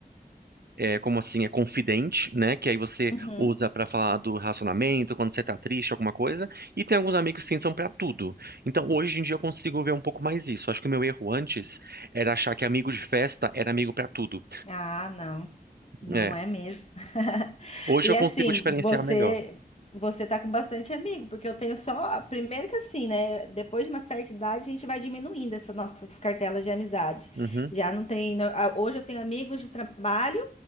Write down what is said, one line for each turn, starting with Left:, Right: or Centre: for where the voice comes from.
Right: é, como assim, é confidente, né? Que aí você
Left: Uhum.
Right: usa pra falar do relacionamento, quando você tá triste, alguma coisa. E tem alguns amigos que sim são pra tudo. Então, hoje em dia eu consigo ver um pouco mais isso. Acho que o meu erro antes era achar que amigo de festa era amigo pra tudo.
Left: Ah, não, não
Right: É,
Left: é É. mesmo. <laughs>
Right: hoje
Left: E
Right: eu consigo
Left: assim,
Right: diferenciar
Left: você
Right: melhor.
Left: você tá com bastante amigo, porque eu tenho só, primeiro que assim, né, depois de uma certa idade a gente vai diminuindo essas nossas cartelas de amizade.
Right: Uhum,
Left: Já não tem, no- ah, hoje eu tenho amigos de trabalho